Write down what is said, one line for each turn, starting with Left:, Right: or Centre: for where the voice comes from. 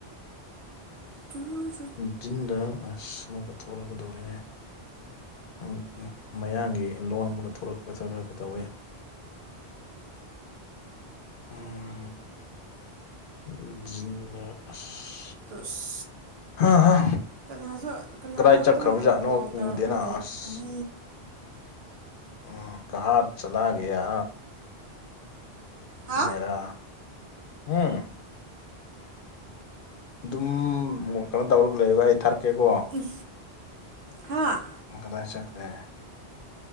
Right: ꯇꯨꯠ
Left: <unintelligible> ꯑꯁ ꯑꯃꯨꯛꯀꯥ ꯊꯣꯛꯂꯛꯀꯥꯗꯣꯔꯦ ꯑꯝ ꯎꯝ ꯃꯌꯥꯡꯒꯤ ꯂꯣꯟ ꯑꯃꯒꯥ ꯊꯣꯂꯛꯀꯦ ꯊꯣꯂꯛꯀꯦ ꯇꯧꯋꯦ ꯎꯝ <unintelligible> ꯖꯥꯅꯤꯡꯕ ꯑꯁ
Right: ꯇꯣꯁ
Left: ꯍꯥ ꯍꯥ
Right: ꯀꯩꯅꯖꯨ ꯀꯅꯥꯅꯣ
Left: ꯀꯗꯥꯏ ꯆꯠꯈ꯭ꯔꯕꯖꯥꯠꯅꯣ
Right: ꯑꯗꯨꯝ ꯀꯣꯜ
Left: ꯎꯗꯦꯅ
Right: ꯇꯧꯔꯒ ꯂꯩ
Left: ꯑꯁ
Right: <unintelligible>
Left: ꯎꯝ ꯀꯍꯥ ꯆꯥꯂꯥ ꯒꯥꯌꯥ
Right: ꯍꯥ
Left: ꯃꯦꯔꯥ ꯍꯝ ꯑꯗꯨꯝ ꯃꯣ ꯀꯩꯅꯣ ꯇꯧꯔꯒ ꯂꯩꯌꯨꯒꯥ ꯑꯩ ꯊꯥꯔꯛꯀꯦꯀꯣ
Right: ꯎꯝ ꯍꯥ
Left: ꯅꯪ ꯀꯗꯥꯏ ꯆꯥꯠꯈ꯭ꯔꯦ